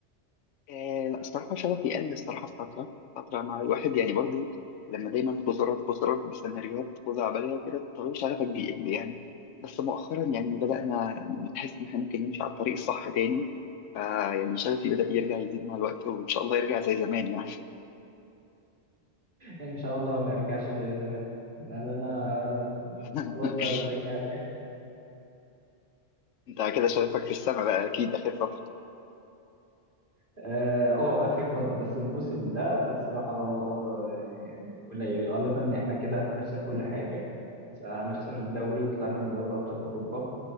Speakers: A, on the left; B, on the right.
A: آه لا الصراحة شغفي قل الصراحة في فترة فترة مع الواحد يعني برضو لما دايما خزارات خزارات بسيناريوهات خزعبلية عبالية وكده طبيعي شغفك بيقل يعني بس مؤخرا يعني بدأنا نحس إن إحنا ممكن نمشي على الطريق الصح تاني فيعني شغفي بدأ يرجع يزيد مع الوقت وإن شاء الله يرجع زي زمان يعني
B: إن شاء الله ما يرجعش زي زمان أنا أنا
A: <laughs>
B: خلاص بقى بشجع الريال.
A: أنت كده شغفك في السما بقى أكيد آخر فترة
B: اه آه، اخر فتره بس الموسم ده الصراحه آه، يعني قليل غالبا ان احنا كده هنخسر كل حاجه يعني هنخسر الدوري وطلعنا من دوري ابطال اوروبا